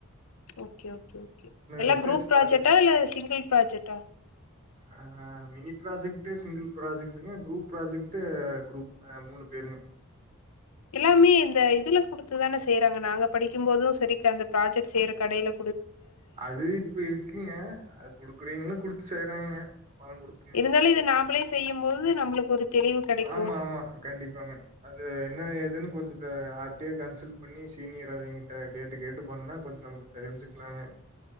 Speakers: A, on the left (about 80°); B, on the right (about 35°).
A: ஓகே ஓகே ஓகே எல்லா
B: ரிசர்ச்
A: க்ரூப்
B: ப்ராஜெக்ட்
A: ப்ராஜட்டா இல்ல சிங்கிள் ப்ராஜட்டா
B: ஆ மினி ப்ராஜக்ட்டு சிங்கிள் ப்ராஜக்டுங்க க்ரூப் ப்ராஜக்ட்டு க்ரூப் ஆ மூணு பேரும்மு
A: எல்லாமே இந்த இதுல குடுத்து தான அ படிக்கும் போது சரிக்க அந்த ப்ராஜட் செய்ற கடைய்ல
B: அது இப் இருக்குங்க அது குடுக்குறீங்ளு குடுத் செய்றாங்க பணம் குடுத்துங்க.
A: இருந்தாலு இது நாம்பளே செய்யும் போது நம்ளுக் ஒரு தெளிவு கெடைக்கு
B: ஆமா ஆமா கண்டிப்பாங்க அது என்ன ஏதுன்னு கொஞ்சுத்த ஆர்ட்டியா கன்சல் பண்ணி சீனியர் அவிங்கிட்ட கேட்டு கேட்டு பண்ணா கொஞ்சு நம்பு தெரிஞ்சிக்லாங்க